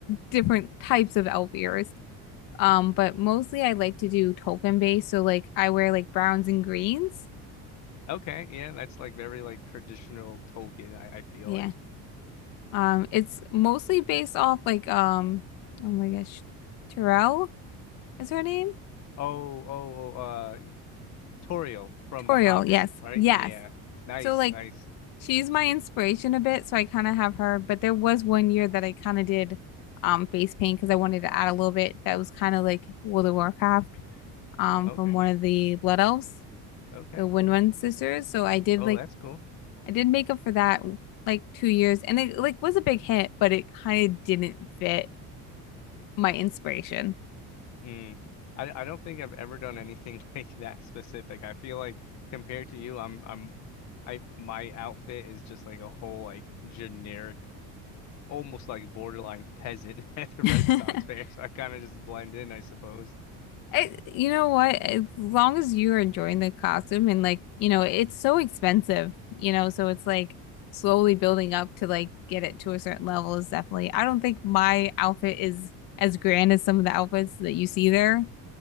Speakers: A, on the left; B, on the left.
A: different types of elf ears. Um, but mostly I like to do Tolkien based. So like I wear like browns and greens.
B: Okay. Yeah, that's like very like traditional Tolkien, I, I feel
A: Yeah.
B: like.
A: Um, it's mostly based off like um oh my gosh, Terrell is her name?
B: Oh, oh, oh, uh, Toriel from
A: Toriel,
B: The Hobbit,
A: yes.
B: right?
A: Yes.
B: Yeah. Nice,
A: So like
B: nice.
A: she's my inspiration a bit, so I kind of have her, but there was one year that I kind of did um face paint because I wanted to add a little bit that was kind of like World of Warcraft um
B: Okay.
A: from one of the Blood Elves,
B: Okay.
A: the Windrun sisters. So I did
B: Oh,
A: like
B: that's cool.
A: I did makeup for that like two years and it like was a big hit, but it kind of didn't fit my inspiration.
B: Mm. I I don't think I've ever done anything <laughs> like that specific. I feel like compared to you, I'm I'm I my outfit is just like a whole like generic almost like borderline peasant <laughs> at the
A: <laughs>
B: Renaissance fair, so I kind of just blend in, I suppose.
A: I, you know what? As long as you're enjoying the costume and like, you know, it's so expensive, you know, so it's like slowly building up to like get it to a certain level is definitely. I don't think my outfit is as grand as some of the outfits that you see there.